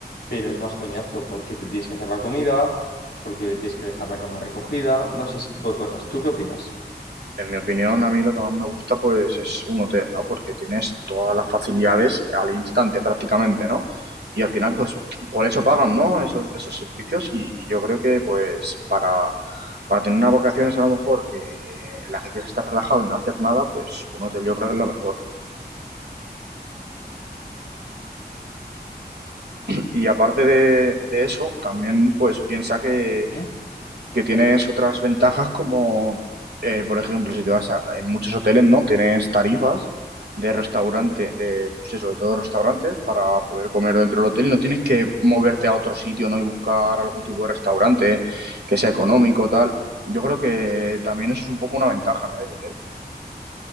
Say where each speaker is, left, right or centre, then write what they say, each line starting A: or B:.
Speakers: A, on the left; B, on the right.
A: pero es más coñazo porque te tienes que hacer la comida, porque le tienes que dejar la cama recogida, no sé, ese tipo de cosas. ¿Tú qué opinas?
B: En mi opinión, a mí lo que más me gusta pues es un hotel, ¿no? Porque tienes todas las facilidades al instante prácticamente, ¿no? Y al final pues por eso pagan, ¿no? Esos, esos servicios y, y yo creo que pues para, para tener unas vacaciones a lo mejor que en las que quieres estar relajado y no hacer nada, pues un hotel yo creo que es lo mejor. Y aparte de, de eso, también pues piensa que
A: ¿Sí?
B: que tienes otras ventajas como, eh, por ejemplo, si te vas a, en muchos hoteles, ¿no? Tienes tarifas de restaurante, de, pues eso, de todos los restaurantes para poder comer dentro del hotel. No tienes
A: ¿Mm?
B: que moverte a otro sitio, ¿no? Y buscar algún tipo de restaurante que sea económico, tal. Yo creo que también eso es un poco una ventaja, ¿no? Del hotel.